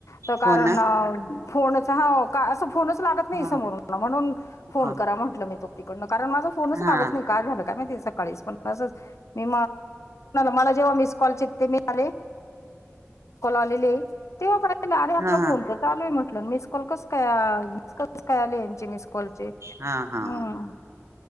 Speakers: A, on the left; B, on the right.
A: तर कारण
B: हो ना
A: अ फोनच हा का असं फोनच लागत नाही
B: हा
A: समोर म्हणून फोन
B: हा हा
A: करा म्हटलं मी तो तिकडन कारण माझा फोनच
B: हा
A: लागत नाही काय झालं का माहिती मी मला जेव्हा मिस चेक केले आ तेव्हा अरे आपला
B: हा
A: फोन तर चालू आहे म्हटलं मिस कॉल कस काय मिस कस काय आले यांची मिस कलचे
B: हा हा
A: हम्